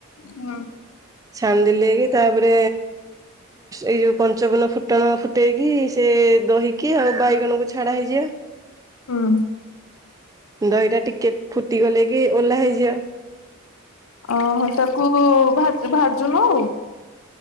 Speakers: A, on the left (about 70°); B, on the right (about 15°).
A: ହୁଁ
B: ଛାଣିଦେଲେ ବି ତାପରେ ଏଇ ଯୋଉ ପଞ୍ଚବନ ଫୁଟଣ ଫୁଟେଇକି ସେ ଦହିକି ଆଉ ବାଇଗଣକୁ ଛାଡା ହେଇଯିବା।
A: ହୁଁ
B: ଦହିଟା ଟିକେ ଫୁଟିଗଲେ କି ଓହ୍ଲା ହେଇଯିବ
A: ଓହୋ ତାକୁ ଭା ଭାଜୁନ ଆଉ